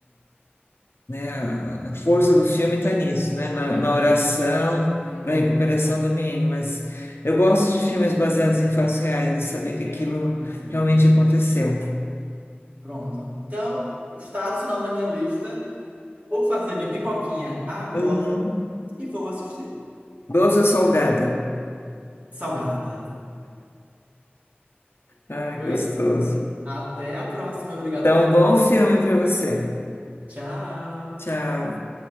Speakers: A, on the left; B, on the right.
A: né? A a força do filme está nisso, né? Na,
B: Entendi.
A: na oração,
B: Uhum.
A: para a recuperação do menino. Mas eu gosto de filmes baseados em fatos reais, né? Saber que
B: Sim,
A: aquilo
B: sim, sim.
A: realmente aconteceu.
B: Pronto. Então, está adicionado na minha lista. Vou fazer minha pipoquinha agora
A: Uhum.
B: e vou assistir.
A: Doce ou salgada?
B: Salgada.
A: Ai,
B: Pois
A: que gostoso.
B: até a próxima. Obrigado
A: Então,
B: pela.
A: bom filme para você.
B: Tchau.
A: Tchau.